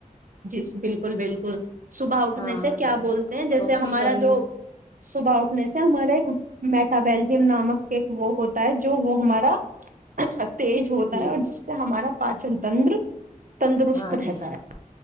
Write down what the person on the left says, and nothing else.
ہاں
جی
آکسیجن
جی
ہاں جی
ہاں